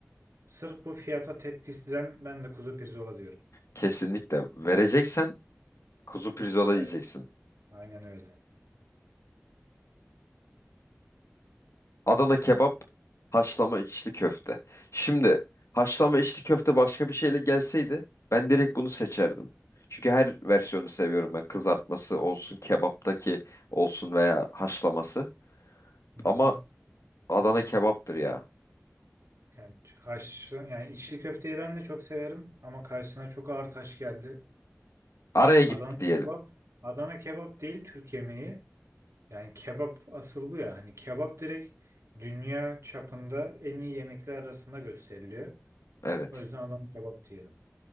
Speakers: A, on the right; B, on the left.
A: Sırf bu fiyata tepkisinden ben de kuzu pirzola diyorum.
B: Kesinlikle. Vereceksen kuzu pirzola
A: Evet
B: yiyeceksin.
A: aynen öyle.
B: Adana kebap, haşlama içli köfte. Şimdi haşlama içli köfte başka bir şeyle gelseydi ben direkt bunu seçerdim. Çünkü her versiyonu seviyorum ben. Kızartması olsun, kebaptaki olsun veya haşlaması.
A: Hı
B: Ama
A: hı.
B: Adana kebaptır ya.
A: Yani ç- haşlı yani içli köfteyi ben de çok severim ama karşısına çok ağır taş geldi.
B: Araya gitti
A: Adana
B: diyelim.
A: kebap Adana kebap değil Türk yemeği. Yani kebap asıl bu ya. Hani kebap direkt dünya çapında en iyi yemekler arasında gösteriliyor.
B: Evet,
A: O yüzden Adana kebap diyelim.